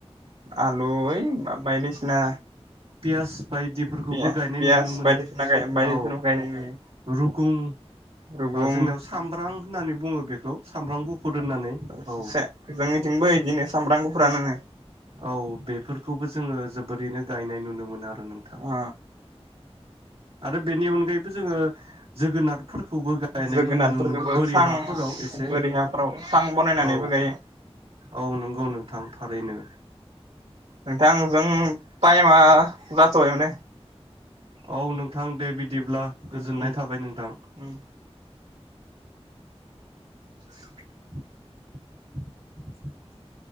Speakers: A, on the right; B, on the right.
A: आलु ओइ बायदिसिना
B: पियास बायदिफोरखौबो
A: पियास
B: गायनाय
A: पियास
B: नुनो मोनो
A: बायदिसिना बायदिसिना
B: औ
A: गायनाय नुयो
B: रुप गुं
A: रुगुं
B: औ जोंनियाव सामब्राम होननानै बुङो बेखौ सामब्राम गुफुर होननानै
A: से
B: औ
A: जोंनिथिंबो इदिनो सामब्राम गुफुरानोनो
B: औ बेफोरखौबो जोङो जोबोरैनो गायनाय नुनो मोनो आरो नोंथां।
A: ओ
B: आरो बेनि अनगायैबो जोङो जोगोनारफोरखौबो गायनायखौ
A: जोगोनारफोरखौबो
B: नुनो मोनो बोरि
A: सां
B: हाफोराव एसे।
A: बोरि हाफ्राव सां बनायनानैबो
B: औ
A: गायो
B: औ नोंगौ नोंथां। थारैनो।
A: नोंथांजों टाइमा जाथ'बाय माने।
B: औ नोंथां दे बिदिब्ला
A: उम उम
B: गोजोननाय
A: उम उम
B: थाबाय नोंथां।
A: उम। <inaudible>
B: <inaudible>